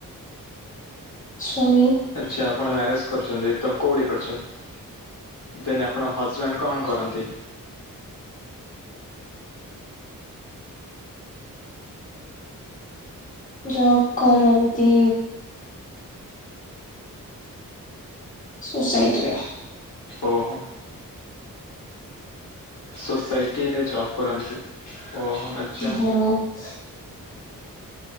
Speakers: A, on the left; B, on the left.
A: ସ୍ୱାମୀ
B: ଆଛା ଆପଣ ମ୍ୟାରେଜ କରୁଚନ୍ତି ତ କୋଉଠି କରୁଚନ୍ତି। ଦେନ୍ ଆପଣଙ୍କ ହଜବେଣ୍ଡ କଣ କରନ୍ତି।
A: ଜବ୍ କରନ୍ତି। ସୋସାଇଟିରେ।
B: ଓହୋ। ସୋସାଇଟିରେ ଜବ୍ କରନ୍ତି ଓହୋ ଆଚ୍ଛା।
A: ମୁଁ